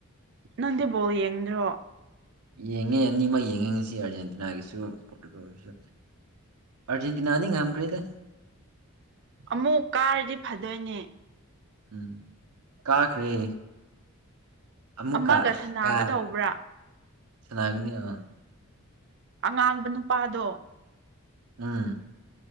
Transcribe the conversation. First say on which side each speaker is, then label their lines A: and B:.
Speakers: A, on the right; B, on the right.
A: ꯅꯪꯗꯤ ꯕꯣꯜ ꯌꯦꯡꯗ꯭ꯔꯣ꯫
B: ꯌꯦꯡꯉꯦ ꯑꯅꯤꯃꯛ ꯌꯦꯡꯉꯉꯁꯤ ꯑꯥꯔꯖꯦꯟꯇꯤꯅꯥꯒꯤꯁꯨ ꯄꯣꯔꯇꯨꯒꯜꯒꯤꯁꯨ ꯑꯥꯔꯖꯦꯟ ꯇꯤꯅꯗꯤ ꯉꯝꯈꯔꯦꯗ꯫
A: ꯑꯃꯨꯛ ꯀꯥꯔꯗꯤ ꯐꯗꯣꯏꯅꯦ꯫
B: ꯎꯝ ꯀꯥꯈ꯭ꯔꯦ꯫ ꯑꯃꯨꯀ
A: ꯑꯃꯒ ꯁꯅꯥꯒꯗꯧꯕ꯭ꯔꯥ
B: ꯀꯥꯔ ꯁꯅꯥꯒꯅꯤ ꯑꯥ ꯫
A: ꯑꯉꯥꯡꯕ ꯅꯨꯄꯥꯗꯣ꯫
B: ꯎꯝ